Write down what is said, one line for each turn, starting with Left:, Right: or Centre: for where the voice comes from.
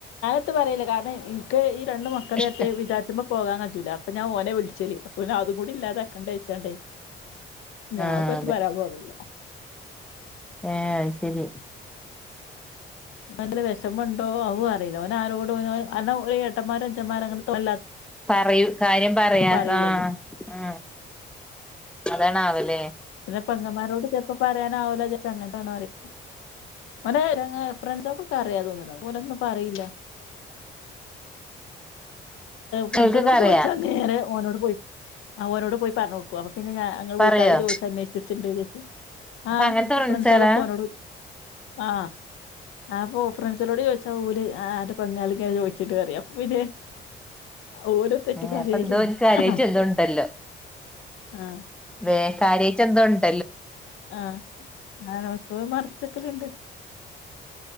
Left: ത്ത് പറയില്ല കാരണം എനിക്ക് ഈ രണ്ട് മക്കളെയ്ട്ട്
Centre: ഇഷ്ട
Left: വിചാര്ച്ച്മ്പോ പോകാൻ കയൂല അപ്പം ഞാന് ഓനെ വിളിച്ചല് പിന്നെ അതും കൂടി ഇല്ലാതാക്കണ്ട വെച്ചാണ്ട് ഞാൻ
Centre: ആഹ്
Left: ഇപ്പം എത്തും പറയാൻ പോകലില്ല
Centre: ഹെ അത്ശെരി
Left: <unintelligible> വെഷമണ്ടോ അവും അറിയില്ല ഒന് ആരോടും ഒന് കാരണം ഒര് ഏട്ടന്മാരും അഞ്ചന്മാര് അങ്ങനെതൊണല്ലാ
Centre: പറയൂ കാര്യം പറയാ
Left: പറയില്ലല്ലോ
Centre: ആ അതണാവല്ലേ
Left: നെ പൊങ്ങമാരോട് ചെലപ്പം പറയാനാവൂല അങ്ങട്ടാണോ അറിം ഓന്റെ ഞങ്ങ ഫ്രണ്ട്സൊക്കൊ ഒക്കെ അറിയാ തോന്നണ അപ്പ ഓലൊന്നും ഒന്നും പറയില്ല ഫ്രസിനോട്
Centre: ഓൽക്കൊക്കെ അറിയാ
Left: ചോദിച്ചാ നേരെ ഓനോട് പോയി ആ ഓനോട് പോയി പറഞ്ഞുടുക്കും അപ്പൊ പിന്നെ ഞാഞങ്ങങ്ങള്
Centre: പറയോ
Left: വീട്ടുകാര് ചോദിച്ച അന്വേഷിച്ചട്ടുണ്ട് ആ
Centre: അപ്പൊ അങ്ങനത്തെ ഫ്രണ്ട്സാളാ
Left: ഫ്രണ്ട്സ്ക്കെ ഓനോട്‌ ഉ ആ ആ പോ ഫ്രൻസാളോട് ചോദിച്ചാ ല് ആന്റെ പെങ്ങള് ചോയിച്ചിണ്ട് അറിമ് അപ്പൊ പിന്നെ ഓരോ തെറ്റിക്കാര്ല്ലേ
Centre: ഏഹ് അപ്പൊ എന്തോ ഓൻക്ക് കാര്യായിട്ട്
Left: അ
Centre: എന്തോ ഉണ്ടല്ലോ
Left: ആ
Centre: വേ കാര്യട്ട എന്തോണ്ട്
Left: ആ ആണപ്പയും മറിച്ചക്കലുണ്ട്